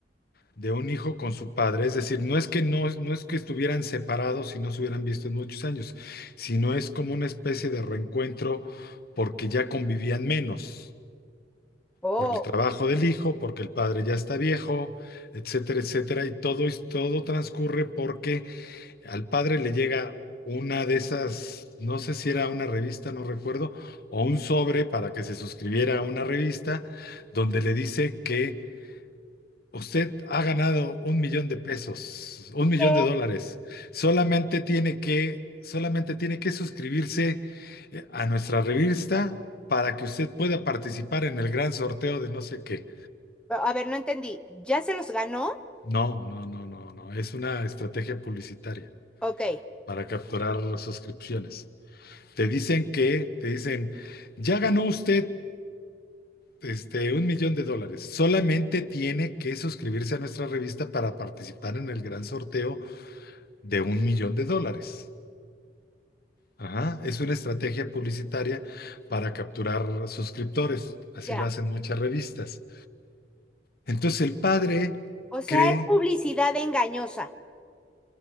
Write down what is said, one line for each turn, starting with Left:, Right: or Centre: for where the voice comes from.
Left: de un hijo con su padre, es decir, no es que no, no es que estuvieran separados y no se hubieran visto en muchos años, sino es como una especie de reencuentro porque ya convivían menos,
Centre: Oh.
Left: por el trabajo del hijo, porque el padre ya está viejo, etcétera, etcétera, y todo, es- todo transcurre porque Al padre le llega una de esas, no sé si era una revista, no recuerdo, o un sobre para que se suscribiera a una revista donde le dice que usted ha ganado un millón de pesos, un millón
Centre: ¿Qué?
Left: de dólares. Solamente tiene que, solamente tiene que suscribirse eh, a nuestra revista para que usted pueda participar en el gran sorteo de no sé qué.
Centre: Pero, A ver, no entendí. ¿Ya se los ganó?
Left: No, no, no, no, no. Es una estrategia publicitaria
Centre: Ok,
Left: para capturar suscripciones. Te dicen que, te dicen, ya ganó usted este un millón de dólares. Solamente tiene que suscribirse a nuestra revista para participar en el gran sorteo de un millón de dólares. Ajá, es una estrategia publicitaria para capturar suscriptores. Así
Centre: ya.
Left: lo hacen muchas revistas. Entonces el padre
Centre: O sea,
Left: cree,
Centre: es publicidad engañosa